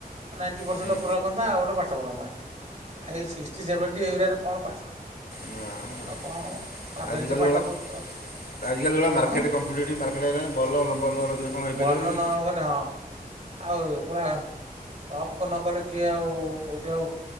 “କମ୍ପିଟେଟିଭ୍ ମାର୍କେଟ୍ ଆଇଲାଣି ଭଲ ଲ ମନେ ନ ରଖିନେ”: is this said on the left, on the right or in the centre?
Left